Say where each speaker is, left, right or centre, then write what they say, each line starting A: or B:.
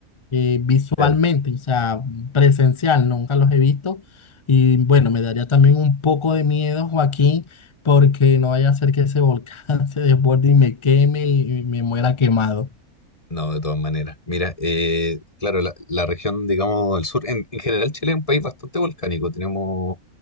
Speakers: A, on the left; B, on the left.
A: eh, visualmente,
B: claro.
A: o sea, presencial, nunca los he visto. Y bueno, me daría también un poco de miedo, Joaquín, porque no vaya a ser que ese volcán <laughs> se desborde y me queme y y me muera quemado.
B: No, de todas maneras. Mira, eh, claro, la, la región, digamos, el sur, en, en general Chile es un país bastante volcánico. Tenemos